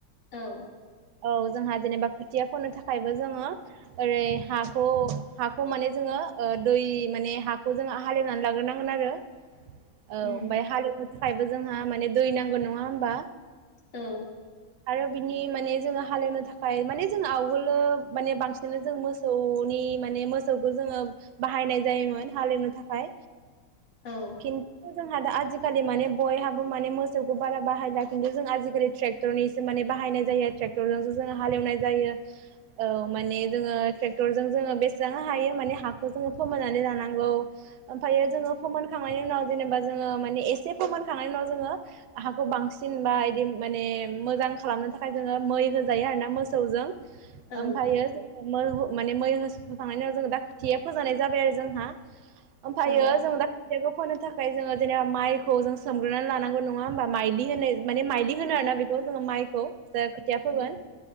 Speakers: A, on the left; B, on the right.
A: औ
B: औ जोंहा जेनेबा खोथिया फोननो थाखायबो जोङो ओरै हाखौ हाखौ माने जोङो ओ दै माने हाखौ जोङो हालेवनानै लाग्रोनांगोन आरो औ
A: उम
B: ओमफाय हालेवहो <unintelligible> खायबो जोंहा माने दै नांगौ नङा होमबा
A: औ
B: आरो बिनि माने जोङो हालेवनो थाखाय माने जों आवगोलो माने बांस सिनो जों मोसौनि माने मोसौखौ जोङो बाहायनाय जायोमोन हालेवनो थाखाय
A: औ
B: खिन्थ जोंहा दा आजिखालि माने बयहाबो माने मोसौखौ बारा बाहायला खिन्थु जों आजिखालि ट्रेक्टरनिसो माने बाहायनाय जायो थेक्टरजोंसो जों हालेवनाय जायो औ माने जोङो थेक्टरजों जोङो बेसां हायो माने हाखौ जोङो फोमोननानै लानांगौ ओमफायो जोङो फोमोनखांनायनि उनाव जेनेबा जोङो माने एसे फोमोनखांनायनि उनाव जोङो हाखौ बांसिन बा इदि माने मोजां खालामनो थाखाय जोङो मै होजायो आरोना मोसौजों ओमफायो
A: औ
B: जो मैहु माने मै होस होखांनायनि उनाव जों दा खोथिया फोजानाय जाबाय आरो जोंहा ओमफायो
A: औ
B: जों दा खोथियाखौ फोनो थाखाय जोङो जेनेबा माइखौ जों सोमग्रोनानै लानांगौ नङा होमबा माइलि होनाय माने माइलि होनो आरोना बेखौ जोङो माइखौ दा खोथिया
A: औ
B: फोगोन